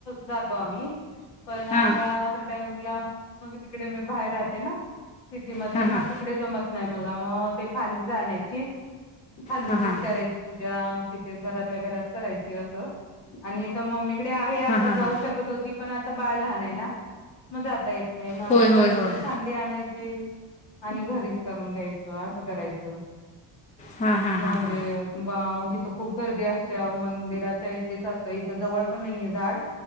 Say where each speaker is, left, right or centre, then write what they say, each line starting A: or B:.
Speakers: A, on the left; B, on the left.
A: जातो आम्ही. पण आता
B: हां
A: हर टमंगला मग तिकडे मी बाहेर राहते ना सिटीमध्ये
B: हां
A: मग
B: हां
A: त. इकडे जमत नाही मला मग ते फांदी जाायची फांदीचीच
B: हां हां
A: करायची. पूजा किथे घरातल्या घरात करायची असं आणि इथ मम्मीकडे आहे आता
B: हां हां
A: जाऊ
B: हां
A: शकत. जात होती पण आता बाळ लहान आहे ना मत जाता येत नाही मग आता
B: होय
A: घरातच
B: होय होय
A: आणायची आणि घरीच करून घ्यायच असं करायचं.
B: हां हां हां
A: म्हणजे
B: हां
A: तिथं खूप गर्दी असते. मंदिराच्या इथेच असत इथ जवळ पण नाहीये झाड.